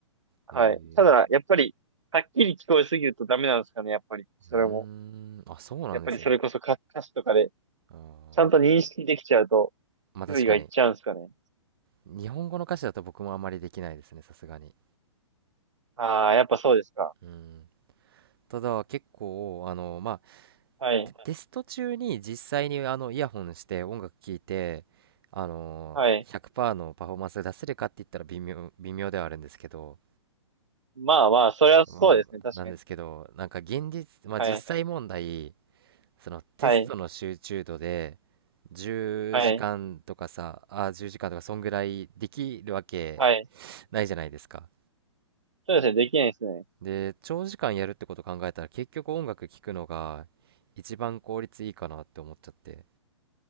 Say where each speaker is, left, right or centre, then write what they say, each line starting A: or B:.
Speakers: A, on the right (about 70°); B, on the right (about 50°).
A: はい。
B: ええ
A: ただ、やっぱり、はっきり聞こえすぎるとダメなんですかね、やっぱり。それも。
B: うーん、あ、そうなんですね。
A: やっぱりそれこそ歌歌詞とかで、
B: あー
A: ちゃんと認識できちゃうと、
B: まあ確かに。
A: 注意がいっちゃうんですかね。
B: 日本語の歌詞だと僕もあまりできないですね、さすがに。
A: ああ、やっぱそうですか。
B: うん。ただ結構、あの、まあ、
A: はい。
B: テテスト中に実際にあのイヤホンして音楽聴いて、あのひゃくパー、
A: はい。
B: 100%のパフォーマンス出せるかって言ったら微妙、微妙ではあるんですけど、
A: まあまあ、それはそうですね、
B: まあ、
A: 確かに。
B: なんですけど、なんか現実、まあ実際問題、
A: はい。
B: そのテストの集中度で、
A: はい。
B: 10時間とかさ、
A: はい。
B: あ、10時間とか、そんぐらいできるわけ
A: はい。
B: ないじゃないですか。
A: そうですね、できないですね。
B: で、長時間やるってこと考えたら結局音楽聴くのが一番効率いいかなって思っちゃって。